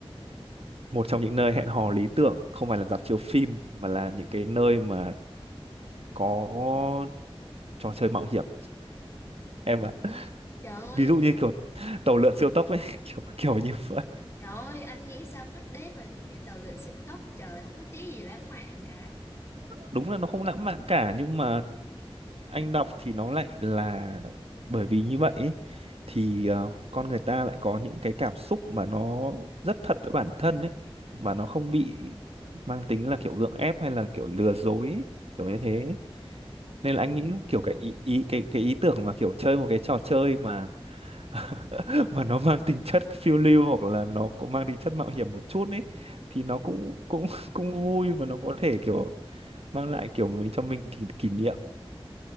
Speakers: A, on the right (about 75°); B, on the left (about 25°).
A: một trong những nơi hẹn hò lý tưởng không phải là rạp chiếu phim mà là những cái nơi mà có trò chơi mạo hiểm em ạ.
B: Trời ơi,
A: Ví dụ như kiểu tàu lượn siêu tốc ấy, <laughs> kiểu kiểu như vậy.
B: trời ơi, anh nghĩ sao first date mà đi tàu lượn siêu tốc? Trời, không có tí gì lãng mạn cả.
A: đúng là nó không lãng mạn cả nhưng mà anh đọc thì nó lại là bởi vì như vậy ấy, thì ờ, con người ta lại có những cái cảm xúc mà nó rất thật với bản thân ấy mà nó không bị mang tính là kiểu gượng ép hay là kiểu lừa dối ấy, kiểu như thế ấy. nên
B: Ừ.
A: là
B: ừ,
A: anh nghĩ kiểu cái ý,
B: ừ.
A: ý cái cái ý tưởng mà kiểu chơi một cái trò chơi mà <laughs> mà nó mang tính chất phiêu lưu hoặc là nó cũng mang tính chất mạo hiểm một chút ấy thì nó cũng cũng <laughs> cũng vui và nó có thể kiểu mang lại kiểu mình cho mình kỷ, kỷ niệm